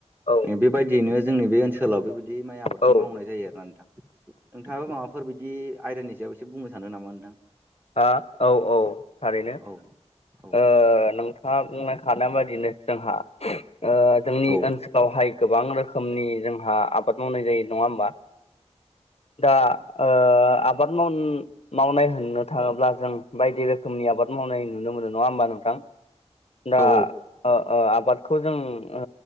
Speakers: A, on the left (about 60°); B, on the right (about 20°).
A: औ
B: बेबायदियैनो जोंनि बे ओनसोलाव बेबायदि माइ आबादखौ
A: औ
B: मावनाय जायो आरोना नोंथां। नोंथाङाबो माबाफोर बिदि आयदानि सायाव एसे बुंनो सानो नामा नोंथां?
A: हा औ औ थारैनो।
B: औ औ
A: ओ नोंथाङा बुंलांखानाय बाददिनो जोंहा ओ जोंनि
B: औ
A: ओनसोलावहाय गोबां रोखोमनि जोंहा आबाद मावनाय जायो नङा होमबा? दा ओ आबाद माव मावनाय होननो थाङोब्ला जों बायदि रोखोमनि आबाद मावनाय नुनो मोनो नङा होमबा नोंथां? दा
B: औ
A: ओ ओ आबादखौ जों ओ